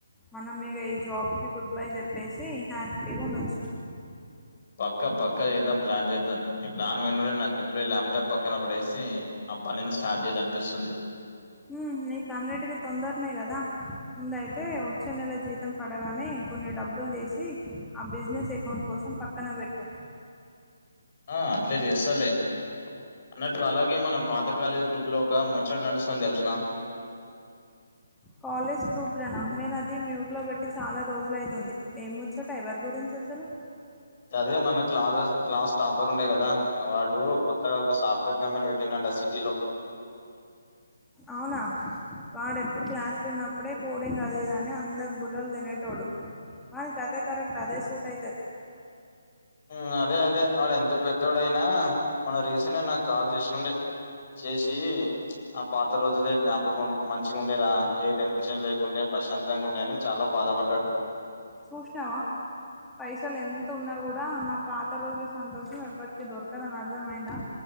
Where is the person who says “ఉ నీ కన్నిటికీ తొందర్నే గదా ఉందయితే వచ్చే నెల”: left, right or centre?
Centre